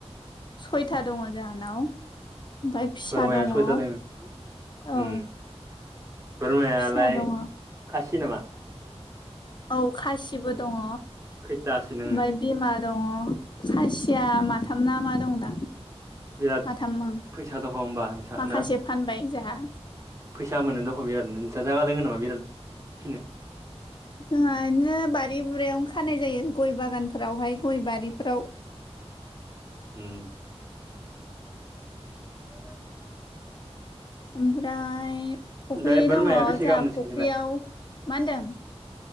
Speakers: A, on the left; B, on the right.
A: सयथा दङ जाहानाव ओमफ्राय फिसा
B: बोरमाया
A: दङ
B: सयथा
A: औ
B: दोङो उम बोरमायालाय
A: फिसा दङ
B: खासि नामा
A: औ खासिबो दङ।
B: खैथासो
A: ओमफ्राय
B: नोङो?
A: बिमा दङ खासिया माथामना मा दं दा।
B: बिराद
A: माथाम ओं
B: फैसा दङ होनबा नोंस्रा
A: माखासे
B: ना।
A: फानबाय जोंहा।
B: फैसा मोनो दख' बिराद नोंस जागा द नामा बिराद फिनो।
A: जोंहा बिदिनो बारि बुरियावनो खानाय जायो गय बागानफोरावहाय गय बारिफ्राव
B: उम <inaudible>
A: ओमफ्राय फख्रि
B: ओमफ्राय बोरमाया
A: दङ जोंहा
B: बेसे गाहाम नोंसोरनिखैलाय
A: फख्रियाव मा होनदों।